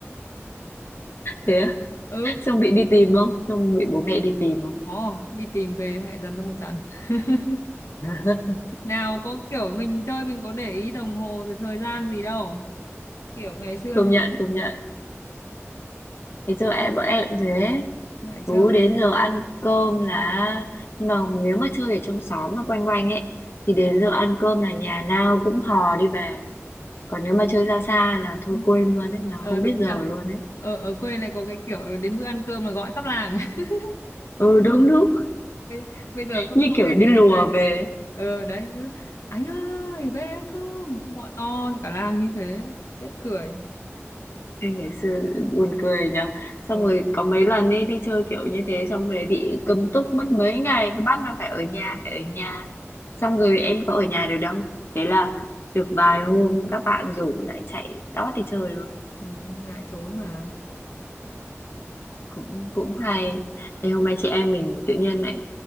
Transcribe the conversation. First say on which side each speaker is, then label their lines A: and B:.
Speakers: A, on the left (about 50°); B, on the left (about 70°).
A: thế á?
B: ừ
A: xong bị đi tìm không xong bị bố mẹ đi tìm không
B: có đi tìm về xong lại dần cho một trận <laughs>
A: <laughs>
B: nào có kiểu mình chơi mình có để ý đồng hồ rồi thời gian gì đâu kiểu ngày xưa
A: công
B: nó
A: nhận công nhận thế giờ
B: mãi
A: em bọn em cũng thế
B: mãi
A: cứ
B: chơi
A: đến giờ ăn cơm là nhưng mà nếu mà chơi ở trong xóm mà quanh quanh ấy thì đến giờ ăn cơm là nhà nào cũng hò đi về còn nếu mà chơi ra xa là thôi
B: <laughs>
A: quên luôn ấy là
B: ờ
A: không
B: đúng
A: biết
B: nhỉ
A: giờ luôn ấy
B: ở ở quê lại có cái kiểu đến bữa ăn cơm là gọi khắp làng <laughs>
A: ừ đúng đúng
B: bây, bây giờ không
A: như
B: không
A: kiểu
B: nghe
A: đi
B: thấy
A: lùa
B: tiếng ai
A: về ấy.
B: ờ đấy cứ anh ơi về ăn cơm cứ gọi to thì cả làng như thế chết cười
A: Ê, ngày xưa buồn cười nhỉ xong
B: ờ,
A: rồi có mấy lần ấy đi chơi kiểu như thế xong về bị cấm túc mất mấy ngày cứ bắt là phải ở nhà phải ở nhà xong rồi em có ở nhà được đâu thế là được vài hôm các bạn rủ lại chạy tót đi chơi luôn
B: ừ, ngại trốn mà
A: cũng cũng hay Thế hôm nay chị em mình tự nhiên lại